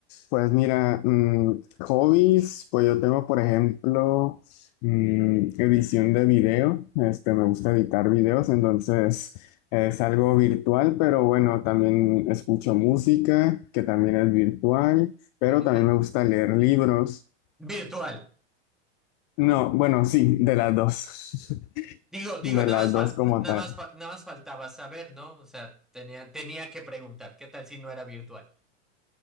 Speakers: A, on the left; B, in the centre.
A: pues mira, mm, hobbies, pues yo tengo, por ejemplo, mm, edición de video, este, me gusta editar videos, entonces es algo virtual, pero bueno, también escucho música, que también es virtual, pero
B: Ujú.
A: también me gusta leer libros.
B: Virtual.
A: No, bueno, sí, de las dos, <laughs>
B: Digo, digo,
A: de
B: nada
A: las
B: más
A: dos
B: fal-
A: como
B: n- nada
A: tal.
B: más fa- nada más faltaba saber, ¿no? O sea, tenía, tenía que preguntar. ¿Qué tal si no era virtual?